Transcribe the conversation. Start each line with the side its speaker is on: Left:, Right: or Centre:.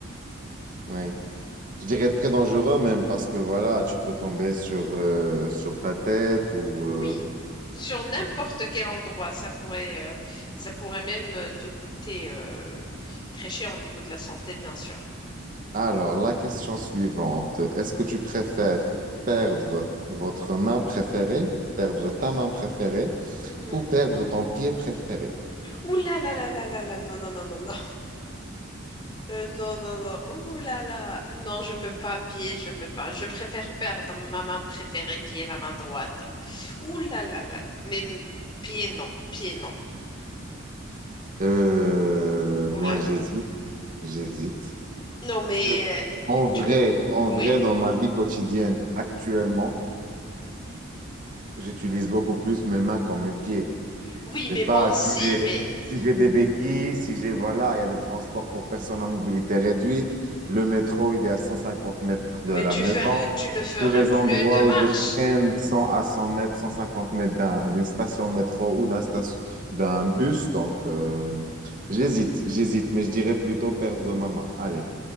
Right: Ouais. Je dirais très dangereux même, parce que voilà, tu peux tomber sur, euh, sur ta tête ou...
Left: Oui,
Right: euh,
Left: sur n'importe
Right: tu-
Left: quel endroit, ça pourrait, euh, ça pourrait même euh, te coûter euh, très cher au niveau de la santé, bien sûr.
Right: Alors, la question suivante, est-ce que tu préfères perdre votre main préférée, perdre ta main préférée
Left: Mhm.
Right: ou perdre ton pied préféré?
Left: Ouh là là là là là là, non, non, non, non, non. Euh, non, non, non. Ouh là là. Non, je peux pas pied, je ne peux pas. Je préfère perdre ma main préférée qui est la main droite. Ouh là là là. là. Mais mm, pied, non. Pied, non.
Right: Euh,
Left: Ouh
Right: moi,
Left: là.
Right: j'hésite, j'hésite.
Left: Non, mais
Right: Parce que,
Left: euh,
Right: en vrai,
Left: tu peux.
Right: en
Left: Oui.
Right: vrai, dans ma vie quotidienne, actuellement, j'utilise beaucoup plus mes mains que mes pieds.
Left: Oui,
Right: Je
Left: mais
Right: sais pas
Left: moi aussi.
Right: si j'ai,
Left: Mais,
Right: si j'ai des béquilles, si j'ai, voilà, il y a des transports pour personnes à mobilité réduite. Le métro, il est à 150 mètres de
Left: mais
Right: la
Left: tu
Right: maison.
Left: fer- tu ne feras
Right: Tous les
Left: plus
Right: endroits
Left: de marche.
Right: où je traîne 100 à 100 mètres, 150 mètres d'un- d'une station métro ou d'un station, d'un bus. Donc, euh, j'hésite, j'hésite, mais je dirais plutôt perdre ma main. Allez,